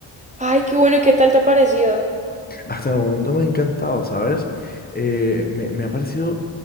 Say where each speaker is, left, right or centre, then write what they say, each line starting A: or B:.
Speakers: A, on the right; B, on the left.
A: Ay, qué bueno, ¿y qué tal te ha parecido?
B: Hasta el momento me ha encantado, ¿sabes? Eh, me, me ha parecido